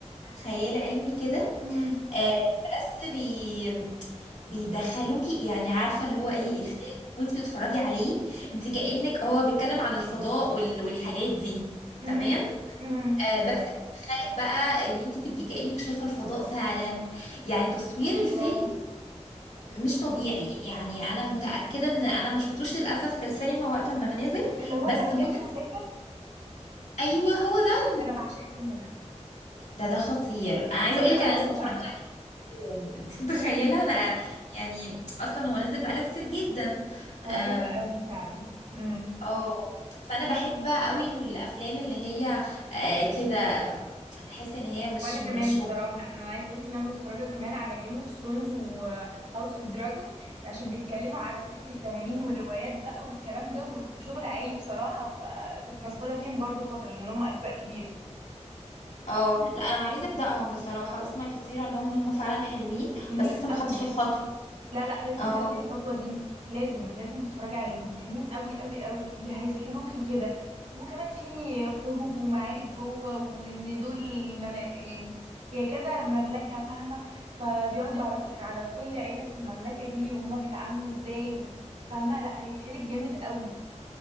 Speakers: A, on the left (about 75°); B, on the right (about 75°).
A: خيال علمي كده
B: أمم،
A: آه بس بي بيدخلوكي يعني عارفه اللي
B: أمم،
A: هو ايه الفيلم وانت بتتفرجي عليه انت كأنك هو بيتكلم عن الفضاء وال... والحاجات دي
B: أمم.
A: تمام
B: أمم.
A: آه بس بيدخلك بقى ان انت تبقي كأنك شايفه الفضاء فعلا يعني تصوير
B: الله
A: الفيلم مش طبيعي يعني انا متأكده ان انا ما شفتوش للاسف في السينما وقت ما نزل
B: ده اللي هو
A: بس
B: ساب
A: مت...
B: بنته وسافر
A: ايوه هو ده
B: ده انا بعشق الفيلم ده
A: ده ده خطير انا عايزه
B: حلو
A: اقول لك انا
B: قوي
A: لسه متفرجه
B: فعلا
A: يوم <laughs> انت متخيله
B: امم
A: انا يعني اصلا هو نزل بقاله كتير جدا اه
B: هو حلو قوي فعلا امم
A: آه. فانا بحب بقى قوي الافلام اللي هي آه كده آم، تحس ان هي مش
B: وانا كمان
A: مش
B: بصراحه
A: وق...
B: انا عايزه اقول لك ان انا متفرجه كمان على جيم اوف ثرونز وهاوس اوف دراجون عشان بيتكلموا على فكره التنانين والروايات بقى والكلام ده وشغل عالي بصراحه فكنت مسحوله فيهم برضو فتره لان هم اجزاء كبيره
A: اه لا انا عايزه ابداهم بصراحه بسمع كتير عنهم ان هم فعلا حلوين
B: حلوين
A: بس لسه ما
B: قوي
A: خدتش الخطوه
B: لا لا لازم
A: اه
B: تاخدي الخطوة دي لازم لازم تتفرجي عليهم حلوين قوي قوي قوي بي- هيسحلوكي كده وكمان في حروب ومعارك جوه وان دول مم... يعني هي كذا مملكة فاهمة فبيقعد يعرفك على كل عيلة في المملكة دي وهما بيتعاملوا ازاي و- فاهمة لا هيسحلك جامد قوي